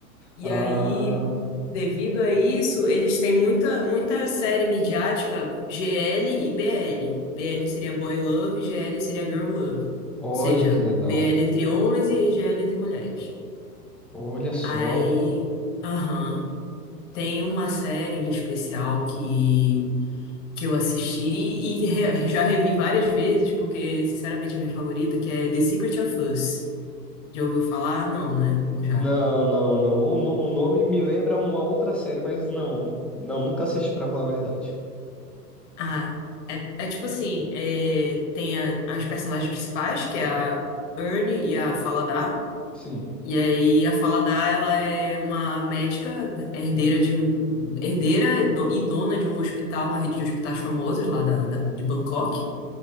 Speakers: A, on the left; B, in the centre.
A: E
B: Ah,
A: aí, devido a isso, eles têm muita, muita série midiática GL e BL. BL seria Boy Love, GL seria Girl Love.
B: olha
A: Ou seja,
B: que legal.
A: BL entre homens e GL entre mulheres.
B: Olha só.
A: Aí, aham, tem uma série em especial que, que eu assisti e re- já revi várias vezes, porque, sinceramente, é a minha favorita, que é The Secret of Us. Já ouviu falar? Não, né? Ou já?
B: Não, não, não. O, no- o nome me lembra uma outra série, mas não. Não, nunca assisti pra falar a verdade.
A: Ah, é, é tipo assim, é, tem a- as personagens principais, que é a Ernie e a Faladar.
B: Sim,
A: E aí a Faladar, ela é uma médica, herdeira de um, herdeira e do- e dona de um hospital, uma rede de hospitais famosas lá da, da- de Bangkok.